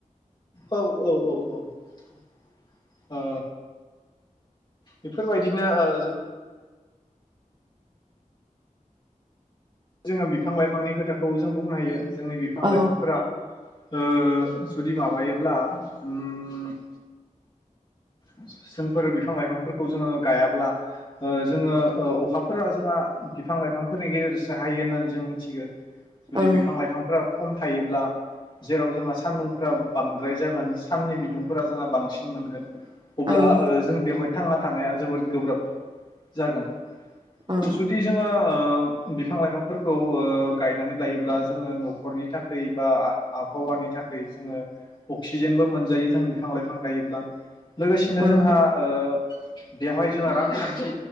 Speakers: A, on the left; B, on the right.
A: औ औ औ औ ओ बेफोरबायदिनो ओ जों जोङो बिफां-लाइफांनि खोथाखौ जों बुंनो हायो। जोंनि बिफां
B: औ
A: लाइफांफोरा ओ जुदि माबायोब्ला उम जोंफोर बिफां लाइफांफोरखौ जोङो गायाब्ला ओ जोङो ओ अखाफोरा जोङा बिफां लाइफांफोरनि गेजेरजोसो हायो होननानै जों मिथिगो। जुदि
B: औ
A: बिफां लाइफांफ्रा खम थायोब्ला जेराव जोंहा सान्दुंफोरा बांद्राय जागोन साननि बिदुंफोरा जोंहा बांसिन मोनगोन। अब्ला
B: औ
A: ओ जों बेवहाय थांना थानाया जोबोद गोब्राब जागोन।
B: औ
A: जुदि जोङो ओ बिफां लाइफांफोरखौ ओ गायनानै लायोब्ला जोङो न'खरनि थाखै बा आबहावानि थाखै जोङो अक्सिजेनबो मोनजायो जों बिफां लाइफां गायोब्ला लोगोसेनो
B: ओं
A: जोंहा ओ बेवहाय जोङा रांखान्थि